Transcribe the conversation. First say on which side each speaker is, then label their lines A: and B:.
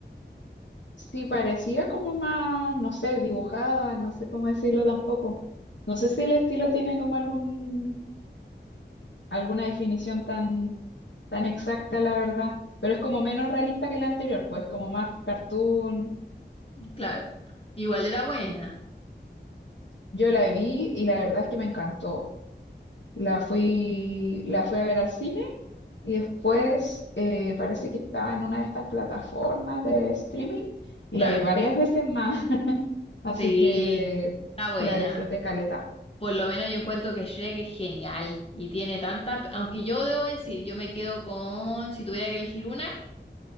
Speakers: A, on the left; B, on the left.
A: Sí, parecía como más, no sé, dibujada, no sé cómo decirlo tampoco. No sé si el estilo tiene como algún, alguna definición tan, tan exacta, la verdad, pero es como menos realista que la anterior, pues como más cartoon.
B: claro. Igual era buena,
A: Yo la vi y la verdad es que me encantó. La fui, la fui a ver al cine y después eh, parece que estaba en una de estas plataformas de streaming y
B: claro.
A: la vi varias veces más, <laughs> así
B: Sí,
A: que
B: está buena.
A: la disfruté caleta.
B: Por lo menos yo encuentro que Shrek es genial y tiene tantas, aunque yo debo decir, yo me quedo con, si tuviera que elegir una,